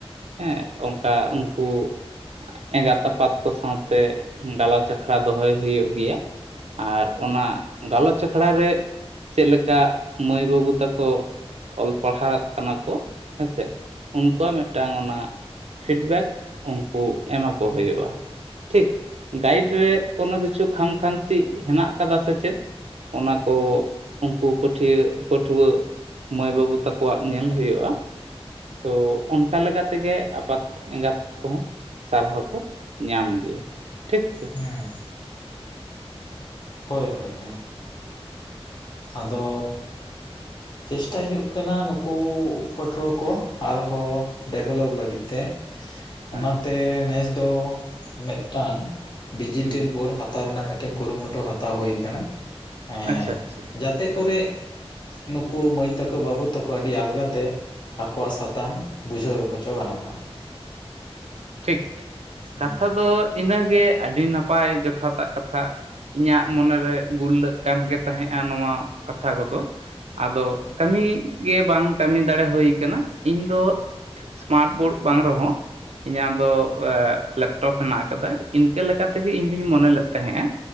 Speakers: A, on the right (about 85°); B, on the left (about 45°).
A: ᱮᱸ ᱚᱝᱠᱟ ᱩᱝᱠᱩ ᱮᱸᱜᱟᱛ ᱟᱯᱟᱛ ᱠᱚ ᱥᱟᱶᱛᱮ ᱜᱟᱞᱚᱪ ᱟᱠᱷᱲᱟ ᱫᱚᱦᱚᱭ ᱦᱩᱭᱩᱜ ᱜᱮᱭᱟ ᱟᱨ ᱚᱱᱟ ᱜᱟᱞᱚᱪ ᱟᱠᱷᱲᱟ ᱨᱮ ᱪᱮᱫ ᱞᱮᱠᱟ ᱢᱟᱹᱭ ᱵᱟᱹᱵᱩ ᱛᱟᱠᱚ ᱚᱞ ᱯᱟᱲᱦᱟᱜ ᱠᱟᱱᱟ ᱠᱚ ᱦᱮᱸᱥᱮ ᱩᱱᱠᱩᱣᱟᱜ ᱢᱤᱫᱴᱟᱝ ᱚᱱᱟ ᱯᱷᱤᱰᱵᱮᱠ ᱩᱱᱠᱩ ᱮᱢᱟ ᱠᱚ ᱦᱳᱭᱳᱜᱼᱟ ᱴᱷᱤᱠ ᱜᱟᱭᱤᱰ ᱛᱮ ᱠᱳᱱᱳ ᱠᱤᱪᱷᱩ ᱠᱷᱟᱢ ᱠᱷᱟᱢᱛᱤ ᱦᱮᱱᱟᱜ ᱟᱠᱟᱫᱟ ᱥᱮ ᱪᱮᱫ, ᱚᱱᱟᱠᱚ ᱩᱱᱠᱩ ᱯᱟᱹᱴᱷᱤᱭᱟᱹ ᱯᱟᱹᱴᱷᱩᱣᱟᱹ ᱢᱟᱹᱭ ᱵᱟᱹᱵᱩ ᱛᱟᱠᱚᱣᱟᱜ ᱧᱮᱞ ᱦᱩᱭᱩᱜᱼᱟ᱾ ᱛᱚ ᱚᱱᱠᱟ ᱞᱮᱠᱟ ᱛᱮᱜᱮ ᱟᱯᱟᱛ ᱮᱸᱜᱟᱛ ᱠᱚᱦᱚᱸ ᱥᱟᱨᱦᱟᱣ ᱠᱚ ᱧᱟᱢ ᱜᱮᱭᱟ ᱴᱷᱤᱠ ᱥᱮ᱾
B: ᱦᱮᱸ ᱦᱳᱭ ᱦᱳᱭ ᱦᱮᱸ ᱟᱫᱚ ᱪᱮᱥᱴᱟ ᱦᱩᱭᱩᱜ ᱠᱟᱱᱟ ᱱᱩᱠᱩ ᱯᱟᱹᱴᱷᱩᱣᱟᱹ ᱠᱚ ᱟᱨ ᱦᱚᱸ ᱰᱮᱵᱷᱞᱚᱯ ᱞᱟᱹᱜᱤᱫ ᱛᱮ᱾
A: ᱦᱮᱸ
B: ᱚᱱᱟᱛᱮ ᱱᱮᱥ ᱫᱚ ᱢᱤᱫᱴᱟᱝ ᱰᱤᱡᱤᱴᱮᱞ
A: ᱦᱮᱸ
B: ᱵᱳᱨᱰ ᱦᱟᱛᱼ ᱦᱟᱛᱟᱣ ᱨᱮᱱᱟᱜ ᱢᱤᱫᱴᱮᱱ ᱠᱩᱨᱩᱢᱩᱴᱩ ᱦᱟᱛᱟᱣ ᱦᱩᱭ ᱟᱠᱟᱱᱟ ᱮᱸ
A: ᱟᱪᱪᱷᱟ ᱟᱪᱪᱷᱟ
B: ᱡᱟᱛᱮ ᱠᱚᱨᱮ ᱱᱩᱠᱩ ᱢᱟᱹᱭ ᱛᱟᱠᱚ ᱵᱟᱹᱵᱩ ᱛᱟᱠᱚ ᱟᱹᱰᱤ ᱟᱞᱜᱟ ᱛᱮ ᱟᱠᱚᱣᱟᱜ ᱥᱟᱛᱟᱢ ᱵᱩᱡᱷᱟᱹᱣ ᱦᱚᱪᱚ ᱜᱟᱱᱚᱜ ᱢᱟ
A: ᱴᱷᱤᱠ
B: ᱦᱮᱸ
A: ᱠᱟᱛᱷᱟ ᱫᱚ ᱤᱱᱟᱹᱜᱮ ᱟᱹᱰᱤ ᱱᱟᱯᱟᱭ ᱡᱚᱛᱷᱟᱛᱟᱜ ᱠᱟᱛᱷᱟ ᱤᱧᱟᱹᱜ ᱢᱚᱱᱮᱨᱮ ᱜᱩᱨᱞᱟᱹᱜ ᱠᱟᱱ ᱜᱮ ᱛᱟᱦᱮᱸᱫᱼᱟ ᱱᱚᱣᱟ ᱠᱟᱛᱷᱟ ᱠᱚᱫᱚ ᱟᱫᱚ ᱠᱟᱹᱢᱤ ᱜᱮ ᱵᱟᱝ ᱠᱟᱹᱢᱤ ᱫᱟᱲᱮ ᱦᱩᱭ ᱟᱠᱟᱱᱟ ᱤᱧ ᱫᱚ <unintelligible> ᱵᱳᱨᱰ ᱵᱟᱝ ᱨᱮᱦᱚᱸ ᱤᱧᱟᱹᱜ ᱫᱚ ᱞᱮᱯᱴᱚᱯ ᱦᱮᱱᱟᱜ ᱟᱠᱟᱫᱟ ᱤᱱᱠᱟᱹ ᱞᱮᱠᱟ ᱛᱮᱜᱮ ᱤᱧ ᱫᱩᱧ ᱢᱚᱱᱮ ᱞᱮᱫ ᱛᱟᱦᱮᱸᱜᱼᱟ